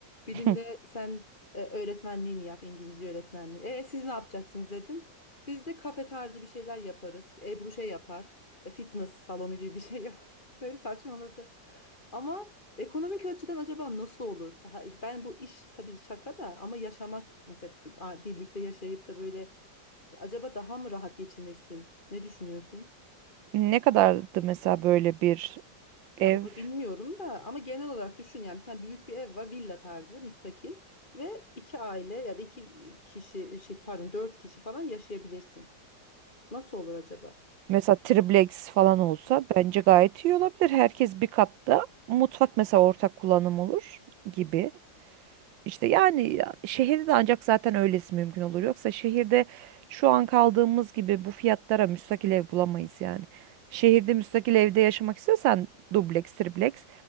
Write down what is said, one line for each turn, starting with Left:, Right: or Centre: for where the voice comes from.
Left: Birinde
Right: <laughs>
Left: sen e, öğretmenliğini yap, İngilizce öğretmenliği. E siz ne yapacaksınız dedim. Biz de kafe tarzı bir şeyler yaparız. İşte Ebru şey yapar. e, Fitness salonu gibi bir şey yapar. <laughs> Böyle saçmaladı. Ama ekonomik açıdan acaba nasıl olur? Ha, Ben bu iş tabii şaka da ama yaşamak mesela bir- a- birlikte yaşayıp da böyle e, acaba daha mı rahat geçinirsin? Ne düşünüyorsun?
Right: Ne kadardı mesela böyle bir ev?
Left: Ya bunu bilmiyorum da ama genel olarak düşün yani bir tane büyük bir ev var villa tarzı müstakil ve iki aile ya da iki kişi şey pardon dört kişi falan yaşayabilirsin. Nasıl olur acaba?
Right: Mesela triplex falan olsa bence gayet iyi olabilir. Herkes bir katta. Mutfak mesela ortak kullanım olur gibi. İşte yani ya- şehirde de ancak zaten öylesi mümkün olur. Yoksa şehirde şu an kaldığımız gibi bu fiyatlara müstakil ev bulamayız yani. Şehirde müstakil evde yaşamak istiyorsan dubleks, tripleks